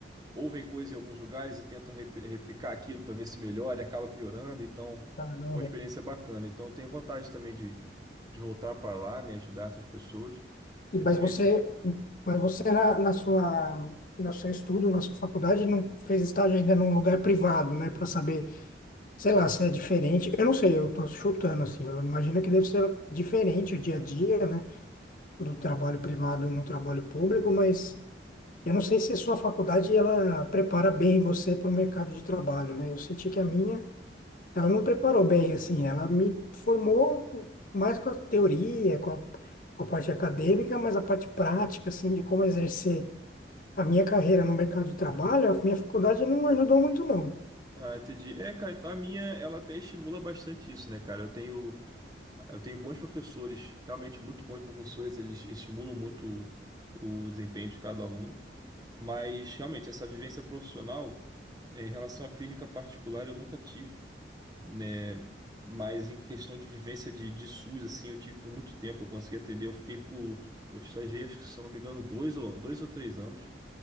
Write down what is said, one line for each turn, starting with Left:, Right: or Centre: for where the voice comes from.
Right: ouvem coisas em alguns lugares e tentam rep- replicar aquilo para ver se melhora e acaba piorando, então
Left: Caramba.
Right: é uma experiência bacana. Então eu tenho vontade também de, de voltar para lá, né? Ajudar essas pessoas
Left: E-
Right: e
Left: Mas
Right: também
Left: você,
Right: fa-
Left: mas você na, na sua, no seu estudo, na sua faculdade, não fez estágio ainda num lugar privado, né? Para saber, sei lá, se é diferente. Eu não sei, eu tô chutando assim. Eu imagino que deve ser diferente o dia a dia, né? Do trabalho privado no trabalho público, mas eu não sei se a sua faculdade ela prepara bem você para o mercado de trabalho, né? Eu senti que a minha ela não preparou bem, assim, ela me formou mais com a teoria, com a, com a parte acadêmica, mas a parte prática, assim, de como exercer a minha carreira no mercado de trabalho, a minha faculdade não ajudou muito, não.
Right: ah, entendi. É, cara, a minha, ela até estimula bastante isso, né, cara? Eu tenho Eu tenho bons professores, realmente muito bons professores, eles estimulam muito o o desempenho de cada aluno, mas realmente essa vivência profissional, eh, em relação à clínica particular, eu nunca tive, né? Mas em questão de vivência de, de SUS, assim, eu tive por muito tempo, eu consegui atender, eu fiquei por, eu estagiei, acho que, se eu não me engano, dois ou, dois ou três anos,